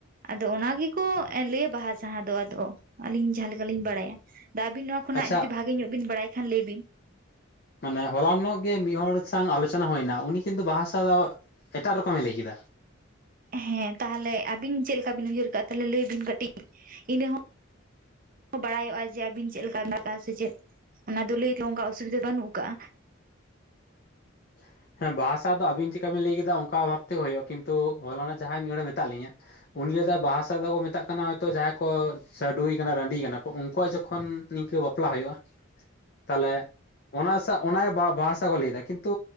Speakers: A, on the right (about 40°); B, on the left (about 45°).
A: ᱟᱫᱚ ᱚᱱᱟ ᱜᱮᱠᱚ ᱞᱟᱹᱭᱟ ᱵᱟᱦᱟ ᱥᱟᱦᱟ ᱫᱚ ᱟᱫᱚ᱾ ᱟᱞᱤᱧ ᱡᱟᱦᱟᱸ ᱞᱮᱠᱟᱞᱤᱧ ᱵᱟᱲᱟᱭᱟ᱾ ᱟᱫᱚ ᱟᱹᱵᱤᱱ ᱱᱚᱣᱟ ᱠᱷᱚᱱᱟᱜ
B: ᱟᱪᱪᱷᱟ
A: ᱡᱩᱫᱤ ᱵᱷᱟᱜᱮ ᱧᱚᱜ ᱵᱤᱱ ᱵᱟᱲᱟᱭ ᱠᱷᱟᱱ ᱞᱟᱹᱭ ᱵᱤᱱ᱾
B: ᱢᱟᱱᱮ ᱦᱚᱞᱟᱱᱚᱜ ᱜᱮ ᱢᱤᱫ ᱦᱚᱲ ᱥᱟᱶ ᱟᱞᱳᱪᱚᱱᱟ ᱦᱩᱭᱱᱟ ᱩᱱᱤ ᱠᱤᱱᱛᱩ ᱵᱟᱦᱟ ᱥᱟᱦᱟ ᱫᱚ ᱮᱴᱟᱜ ᱨᱚᱠᱚᱢᱮ ᱞᱟᱹᱭ ᱠᱮᱫᱟ᱾
A: ᱦᱮᱸ ᱛᱟᱦᱚᱞᱮ ᱟᱹᱵᱤᱱ ᱪᱮᱫ ᱞᱮᱠᱟ ᱵᱤᱱ ᱩᱭᱦᱟᱹᱨ ᱠᱟᱜ-ᱟ ᱛᱟᱞᱦᱮ ᱞᱟᱹᱭ ᱵᱤᱱ ᱠᱟᱹᱴᱤᱡ ᱤᱱᱟᱹ ᱦᱚᱸ ᱦᱚ ᱵᱟᱲᱟᱭᱚᱜ-ᱟ ᱡᱮ ᱟᱹᱵᱤᱱ ᱪᱮᱫ ᱞᱮᱠᱟ <unintelligible> ᱥᱮ ᱪᱮᱫ ᱚᱱᱟ ᱫᱚ ᱞᱟᱹᱭ ᱫᱚ ᱚᱱᱠᱟ ᱚᱥᱩᱵᱤᱫᱷᱟ ᱵᱟᱹᱱᱩᱜ ᱟᱠᱟᱜᱼᱟ᱾
B: <inaudible> ᱦᱮᱸ ᱵᱟᱦᱟ ᱥᱟᱦ ᱫᱚ ᱟᱹᱵᱤᱱ ᱪᱮᱫᱠᱟ ᱵᱤᱱ ᱞᱟᱹᱭ ᱠᱮᱫᱟ ᱚᱱᱠᱟ ᱵᱷᱟᱵ ᱛᱮᱜᱮ ᱦᱩᱭᱩᱜ-ᱟ᱾ ᱠᱤᱱᱛᱩ ᱦᱚᱞᱟᱱᱚᱜ ᱡᱟᱦᱟᱸᱭ ᱢᱤᱫ ᱦᱚᱲᱮ ᱢᱮᱛᱟᱜ ᱞᱤᱧᱟᱹ᱾ ᱩᱱᱞ ᱞᱟᱹᱭᱫᱟᱭ ᱫᱚ ᱵᱟᱦᱟᱟᱥᱟ ᱫᱚᱠᱚ ᱢᱮᱛᱟᱜ ᱠᱟᱱᱟ ᱦᱚᱭᱛᱚ ᱡᱟᱦᱟᱸᱭ ᱠᱚ ᱥᱟᱹᱰᱩᱭ ᱠᱟᱱᱟ ᱨᱟᱺᱰᱤ ᱠᱟᱱᱟ ᱠᱚ᱾ ᱩᱱᱠᱩᱣᱟᱜ ᱡᱚᱠᱷᱚᱱ ᱱᱤᱝᱠᱟᱹ ᱵᱟᱯᱞᱟ ᱦᱩᱭᱩᱜ-ᱟ ᱛᱟᱦᱚᱞᱮ ᱚᱱᱟ ᱥᱟᱶ ᱚᱱᱟᱜᱮ ᱵᱟ-ᱵᱟᱦᱟᱥᱟ ᱠᱚ ᱞᱟᱹᱭᱟ᱾ ᱠᱤᱱᱛᱩ